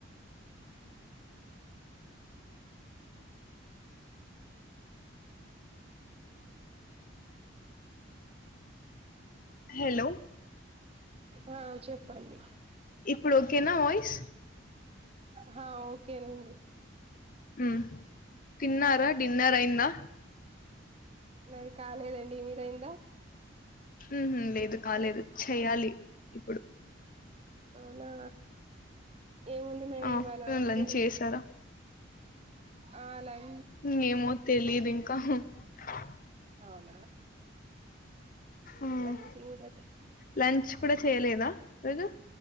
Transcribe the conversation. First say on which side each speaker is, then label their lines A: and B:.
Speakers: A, on the left (about 45°); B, on the right (about 30°).
A: హెలో
B: ఆ చెప్పండి
A: ఇప్పుడు ఓకేనా వాయిస్
B: హ ఓకేనండి
A: హ్మ్ తిన్నారా డిన్నర్ అయిందా
B: మాది కాలేదండి ఈ మీదయ్యిందా
A: ఉహు లేదు కాలేదు చెయ్యాలి ఇప్పుడు
B: టైనా ఏముంది మరి
A: ఆఫ్టర్నూన్
B: ఇవాళ
A: లంచ్
B: బిలి
A: చేసారా
B: అ లై
A: ఉమ్మ్ ఏమో తెలీదు ఇంకా ఆ
B: అవునా
A: ఉమ్
B: లంచ్ ఇంకా
A: లంచ్ కూడా చేయలేదా రోజు